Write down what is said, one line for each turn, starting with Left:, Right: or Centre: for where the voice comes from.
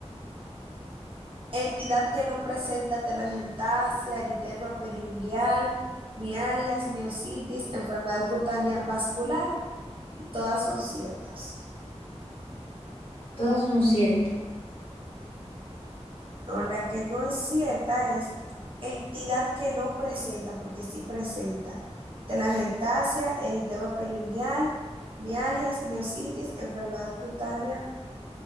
Right: Entidad que no presenta telangiectasia, eritema periungual, mialgias, miositis, enfermedad cutánea vascular, y todas son ciertas.
Left: Todas son ciertas.
Right: No, la que no es cierta es entidad que no presenta, porque sí presenta telangiectasia, eritema periungual, mialgias, miositis, enfermedad cutánea